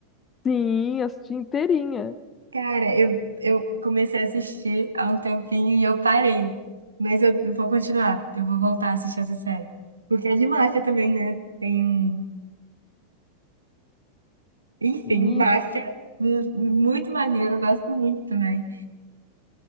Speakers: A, on the left; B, on the right.
A: sim, assisti inteirinha.
B: Cara, eu, eu comecei a assistir há um tempinho e eu parei. Mas eu vou continuar. Eu vou voltar a assistir essa série. Porque é de máfia também, né? Tem, um- enfim,
A: E,
B: máfia. hum, Muito maneiro, eu gosto muito também.